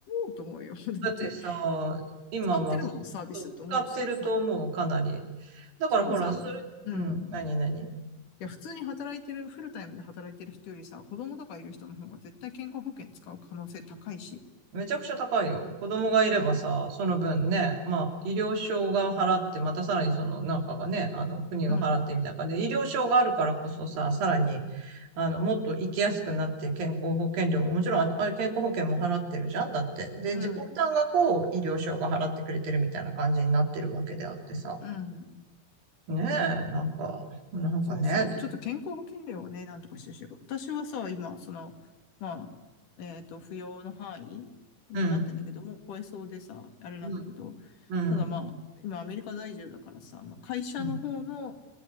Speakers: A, on the left (about 65°); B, on the right (about 85°).
A: うと思うよ。<laughs> だって、
B: だってさ、今は、
A: 使ってるもん、
B: そう使ってると思う、
A: サービスと思うし、多分。
B: かなり。だからほら、
A: しかもさ、
B: それ、
A: うん。
B: うん、何何
A: いや、普通に働いてる、フルタイムで働いてる人よりさ、子供とかいる人の方が絶対健康保険使う可能性高いし。
B: めちゃくちゃ高いよ。子供がいればさ、
A: うん。
B: その分ね、まあ、医療証が払って、またさらにその中がね、あの、国が払ってみたいな感じで、
A: うん。
B: 医療証があるからこそさ、さらに、あの、もっと生きやすくなって、健康保険料も、もちろん、ああれ健康保険も払ってるじゃんだって。で、
A: うん。
B: 自己負担がこう、医療証が払ってくれてるみたいな感じになってるわけであってさ。
A: うん。
B: ねえ、なんか、なんかね、
A: そうそう。ちょっと健康保険料はね、なんとかしてほしい。私はさ、今、その、まあ、えっと、扶養の範囲になってんだけど、
B: うん、
A: もう超えそうでさ、あれなんだけど、
B: うん、うん。
A: ただまあ、今アメリカ在住だからさ、まあ、会社の方の、
B: うん